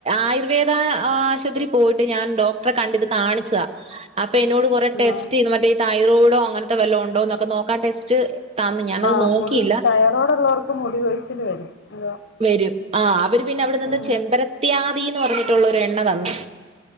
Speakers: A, on the right; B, on the left.
A: ആയിർ <unintelligible> ദാ ആശുപത്രി പോയിട്ട് ഞാൻ ഡോക്ടറെ കണ്ടിത് കാണിച്ചതാ അ അപ്പ എന്നോട് കൊറെ ടെസ്റ്റ്യ്യ്ന്നു
B: ആ
A: മറ്റേ തൈറോയിഡോ അങ്ങനത്തെ വല്ലോം ഒണ്ടോന്നൊക്കെ നോക്കാൻ ടെസ്റ്റ് തന്ന് ഞാനത്
B: ആ
A: നോക്കിയില്ല
B: മുടി തയ്റോഡുള്ളോർക്ക് മുടി കൊഴിച്ചിൽ വരും അതാ
A: വരും ആഹ് അവര് പിന്നെ അവിടെ നിന്ന്
B: ആഹ്
A: ചെമ്പരത്യാദിന്ന് പറഞ്ഞിട്ടുള്ളൊരു എണ്ണ തന്ന്